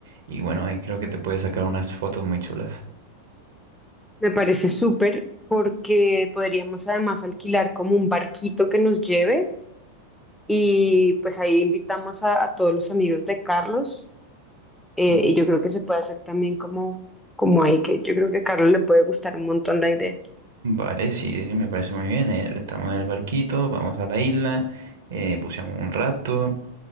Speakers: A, on the right (about 60°); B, in the centre.
A: y bueno, ahí creo que te puedes sacar unas fotos muy chulas.
B: me parece súper porque podríamos además alquilar como un barquito que nos lleve y pues ahí invitamos a, a todos los amigos de Carlos eh,
A: Mm.
B: y yo creo que se puede hacer también como, como ahí, que yo creo que a Carlos le puede gustar un montón la idea.
A: Vale, sí, sí, me parece muy bien. eh, Rentamos el barquito, vamos a la isla, eh, buceamos un rato.